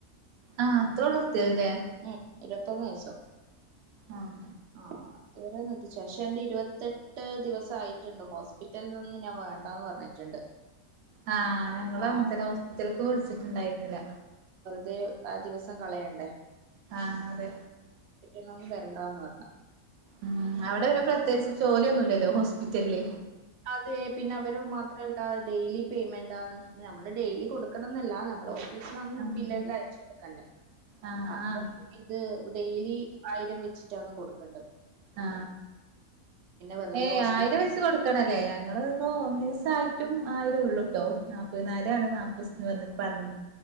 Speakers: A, on the right; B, on the right.
A: ആ അത്രോള്ളൂ നിർത്തിയത് ല്ലേ
B: ഉം ഇരുപത്തൊന്ന് ദിവസം
A: ആഹ്
B: ആഹ് അതുവരെ നിർത്തിച്ചു പക്ഷെ എന്റെ ഇരുവത്തെട്ട് ദിവസം ആയിട്ടുണ്ട് ഹോസ്പിറ്റൽ നിന്ന് ഞാൻ വേണ്ടാന്ന് പറഞ്ഞിട്ടുണ്ട്
A: ആ ഞങ്ങള്
B: ആഹ്
A: അങ്ങനെ തന്നെ ഹോസ്പിറ്റൽക്ക് വിളിച്ചിട്ടുണ്ടായിരുന്നില്ല
B: ദേ ആ ദിവസം കളയണ്ടേ
A: ആ അതെ
B: ട്ടന്ന് ഒന്നും വരണ്ടാന്ന് പറഞ്ഞ്
A: ഉം അവിടെ പിന്നെ പ്രത്യേകിച്ച് ജോലി ഒന്നുവില്ലല്ലോ ഹോസ്പിറ്റല്
B: അതെ പിന്നെ അവര് മാത്രല്ല ഡെയിലി പേയ്മെന്റാന്ന് നമ്മള് ഡെയിലി കൊടുക്കണം എന്നല്ല നമ്മള് ഒ ഫീസിലാണേൽ
A: ആഹ്
B: ബില്ലെല്ലാം അയച്ചു കൊടുക്കണ്ടേ
A: ആഹ്
B: അപ്പൊ
A: ആഹ്
B: പിന്നേ ഇത് ഡെയിലി ആയിരം വെച്ചിട്ടാണ് കൊടുക്കണ്ടത്
A: ആ
B: വെറുതെ
A: ഏയ്
B: ഹോസ്പിറ്റൽ
A: ആയിരം വെച്ച് കൊടുക്ക ണല്ലേ ഞങ്ങള് ഇപ്പോ ഹോംനേഴ്സ് ആയി ട്ടും ആയിരുള്ളൂ ട്ടോ നാൽപ്പതിനായിരാണ് നാൽപ്പത് ദിവസന്ന് വന്നിട്ട് പറഞ്ഞ